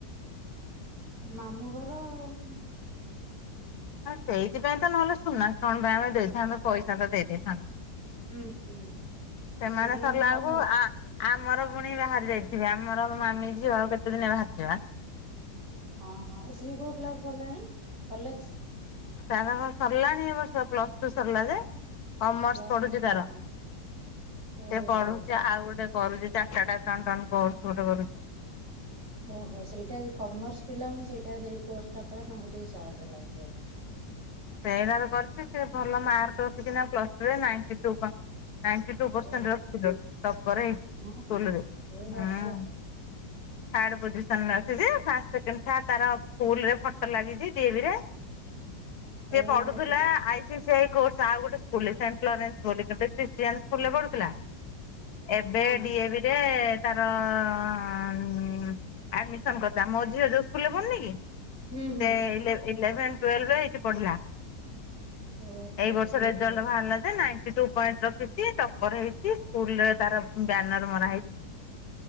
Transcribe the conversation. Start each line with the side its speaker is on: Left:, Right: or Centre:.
Right: ମାମୁଁ ଘର ଆଉ।
Left: ଆ ସେଇଥିପାଇଁ ତ ନହେଲେ ସୁନା କଣ ପାଇଁ ଆମେ ଦେଇଥାନ୍ତୁ? ପଇସା ତ ଦେଇ ଦେଇଥାନ୍ତୁ।
Right: ହୁଁ ହୁଁ
Left: ସେମାନେ
Right: ନା ଦିଅନ୍ତି
Left: ସରଲା୍
Right: ନା
Left: କୁ ଆଁ ଆମର ପୁଣି ବାହାରି ଯାଇଥିବେ। ଆମର ମୋ ମାମି ଝିଅ ଆଉ କେତେ ଦିନ ବାହାରଚି ବା?
Right: ହଁ, ହଁ, ସିଏ କୋଉ କ୍ଲାସ୍ ପଢିଲାଣି? କଲେଜ!
Left: ତାର କଁ ସରିଲାଣି ଏ ବର୍ଷ? ପ୍ଲସ୍ ଟୁ ସରିଲା ଯେ। କମର୍ସ
Right: ପ୍ଲସ
Left: ପଢୁଚି
Right: ଟୁ ସରିଲା
Left: ତାର।
Right: ଓହୋ
Left: ସେ ପଢୁଚି ଆଉ ଗୋଟେ କରୁଚି। ଚାର୍ଟାଡ୍ ଆକାଉନ୍ଟାନ୍ କୋର୍ସ ଗୋଟେ କରୁ
Right: ଓହୋ! ସେଇଟା ଜି କମର୍ସ ପିଲା ହିଁ ସେଇଟା ସେଇ କୋର୍ସଟା କଲେ, ତାଙ୍କୁ ଟିକେ ସହଜ ଲାଗିବ।
Left: ସେଇଟା ତ କରୁଚି। ସେ ଭଲ ମାର୍କ ରଖିଛି ନା ପ୍ଲସ୍ ଟୁ ରେ। Ninety two per ninety two ପରସେଣ୍ଟ
Right: ଏ
Left: ରଖିଛିଲୋ। ଟପର୍ ହେଇ ସ୍କୁଲରେ,
Right: ହଁ ଏ ବାପ
Left: ହୁଁ। ଥାର୍ଡ ପୋଜିସନ୍ ରେ ଅଛିଯେ। ଫାଷ୍ଟ, ସେକେଣ୍ଡ, ଥାର୍ଡ ତାର ସ୍କୁଲ ରେ ଫଟ ଲାଗିଚି। ଡି ଏ ଭି ରେ। ସିଏ
Right: ଓହୋ
Left: ପଢୁଥିଲା I C C I course. ଆଉ ଗୋଟେ ସ୍କୁଲରେ ସେଣ୍ଟଲରେନ୍ସ ବୋଲି <unintelligible> ଜେନ୍ସ ସ୍କୁଲ ରେ ପଢ଼ୁଥିଲା। ଏବେ
Right: ହଁ
Left: D A V A ତାର-ଅ-ଅଁ admission କଥା। ମୋ ଝିଅ ଯୋଉ ସ୍କୁଲ ରେ ପଢୁନି କି?
Right: ହୁଁ ହୁଁ
Left: ସେ ଇଲେ ଇଲେଭେନ୍ ଟୁଏଲଭ୍ ଏଇଠି ପଢିଲା।
Right: ଓହୋ
Left: ଏଇ ବର୍ଷ ରେଜାଲ୍ଟ ବାହାରିଲା ଯେ ନାଇଁଟି ଟୁ ପଏଣ୍ଟ ରଖିଛି ଟପର ହେଇଛି ସ୍କୁଲ ରେ ତାର ବ୍ୟାନର ମରା ହେଇଛି।